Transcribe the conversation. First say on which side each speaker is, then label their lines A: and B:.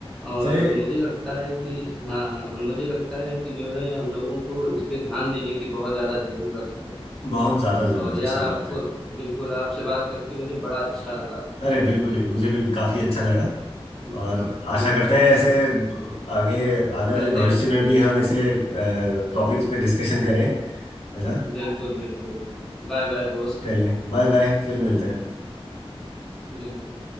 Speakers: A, in the centre; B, on the left.
A: और
B: सही
A: मुझे लगता है कि हाँ हाँ मुझे लगता है कि जो है हम लोगों को इस पे ध्यान देने की बहुत ज्यादा जरूरत है
B: बहुत ज्यादा जरूरत
A: और यार
B: है सही
A: आपको
B: बात है
A: बिल्कुल आपसे बात करके मुझे बड़ा अच्छा लगा
B: अरे बिल्कुल मुझे भी काफी अच्छा लगा
A: हम्म,
B: और आशा
A: बिल्कुल
B: करते हैं
A: बिल्कुल
B: ऐसे आगे आने
A: मिलते
B: वाले भविष्य
A: रहेंगे
B: में भी हम ऐसे टॉपिक्स पे डिस्कशन करें है ना
A: बिल्कुल बिल्कुल बाय बाय दोस्त
B: चलिए बाय बाय फिर मिलते हैं
A: बिल्कुल